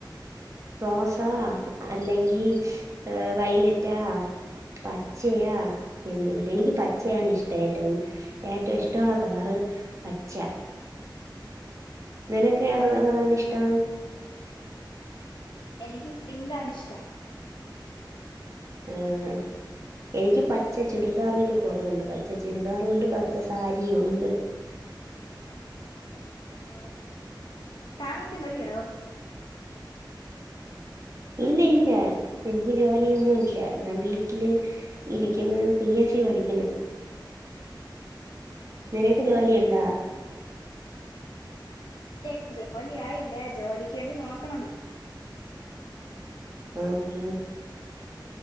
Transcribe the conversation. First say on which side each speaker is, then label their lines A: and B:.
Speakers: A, on the right (about 40°); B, on the left (about 60°).
A: റോസ അല്ലെങ്കിൽ വൈലറ്റാ പച്ചയാ എന്തെങ്കിലും എനിക്ക് പച്ചയാണ് ഇഷ്ടം ഏറ്റവും ഏറ്റവും ഇഷ്ടള്ള കളർ പച്ചയ നിനക്ക് ഏത്
B: ആഹ്
A: കളറാണ് ഇഷ്ടം
B: എനിക്ക് പിങ്കാണ് ഇഷ്ടം.
A: ആഹ് എനിക്ക് പച്ച ചുരിദാറ്കൾ കൊറേണ്ട് പച്ച ചുരിദാറും ഉണ്ട് പച്ച സാരിയും ഉണ്ട്
B: ഓ താങ്കക്ക് ജോലി ഉണ്ടോ
A: ഇല്ല ഇല്ല എനിക്ക് ജോലിയൊന്നുല്ല ഞാൻ വീട്ടില് ഇരിക്ക്ണ് പി എ സി പഠിക്ക്ണ് നിനക്ക് ജോലി
B: ആഹ്
A: ഇണ്ടോ
B: ഇല്ല ജോലി ആയില്ല ജോലിക്ക് വേണ്ടി നോക്കുണ് ണ്ട്
A: ആഹാ